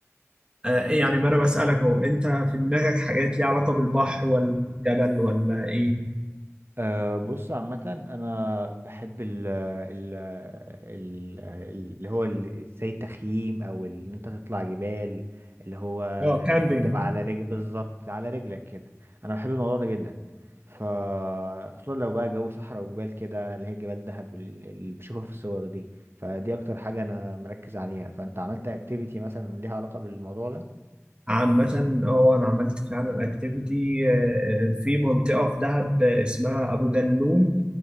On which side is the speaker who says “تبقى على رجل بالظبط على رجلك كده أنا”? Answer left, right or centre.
Right